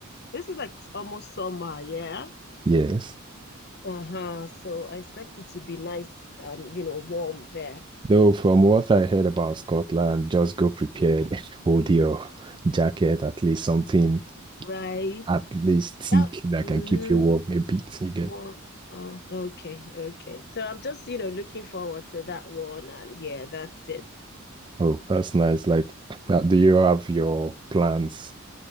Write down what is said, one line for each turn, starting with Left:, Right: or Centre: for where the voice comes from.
Left: this is like almost summer, yeah.
Right: Yes.
Left: Uh-huh. So I expect it to be nice and, you know, warm there.
Right: Though from what I heard about Scotland, just go prepared, <laughs> hold your jacket, at least something
Left: Right.
Right: at least thick
Left: That
Right: that
Left: mm-hmm.
Right: can keep you warm a bit. You get.
Left: Warm. Oh, okay, okay. So I'm just, you know, looking forward to that one and yeah, that's it.
Right: Oh, that's nice. Like, <clears throat> uh, do you have your plans